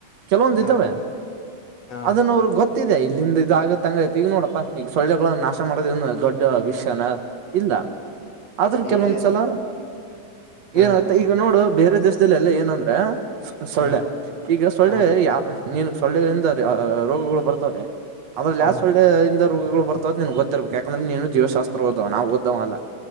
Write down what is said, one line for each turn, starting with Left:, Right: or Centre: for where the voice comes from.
Right: ಕೆಲವೊಂದ
Left: ಹಾ
Right: ಇದ್ದಾವೆ
Left: ಹಾ
Right: ಅದನ್ನ ಅವರು ಗೊತ್ತ ಗತ್ತಿದೆ ಇಲ್ಲಿಂದ ಇದ ಆಗತ್ಂಗತೆ ಈಗ ನೋಡಪ್ಪಾ ಈಗ ಸೊಳ್ಳೆಗಳ ನಾಶ ಮಾಡೋದ ಏನು ದೊಡ್ಡ ವಿಷಯನ ಇಲ್ಲ ಆದ್ರ ಕೆಲವೊಂದ್ಸಲ
Left: ಏನ್ ಹಾ
Right: ಏನ ಮ ಈಗ ನೋಡು ಬೇರೆ ದೇಶಲ್ಲೆಲ್ಲ ಏನಂದ್ರೆ ಸೊಳ್ಳೆ
Left: ಹಾ
Right: ಈಗ ಸೊಳ್ಳೆ
Left: ಹಾ
Right: ಯಾ ನೀನ್ ಸೊಳ್ಳೆ ಎಂದ ರೀ ರೋಗಗಳು ಬರ್ತಾವ್ರ ಆದ್ರೆ
Left: ಹಾ
Right: ಲಾಸ್ಟ್ ಒ ರೋಗಗಳುರ್ತಾವದ ನನ್ ಗತ್ತಿರ್ಬೇಕ ಯಾಕಂದ್ರೆ ನೀನು ಜೀವಶಾಸ್ತ್ರಓದ ನಾವುಓದ್ ಅಲ್ಲ